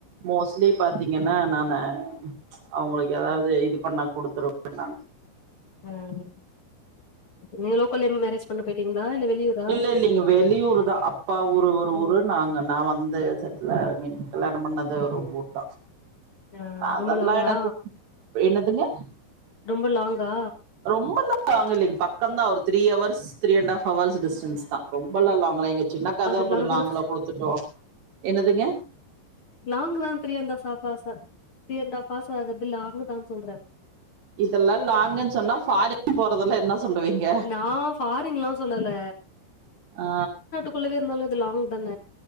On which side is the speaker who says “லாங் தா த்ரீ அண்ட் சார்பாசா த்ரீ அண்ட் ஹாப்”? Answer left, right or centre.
Left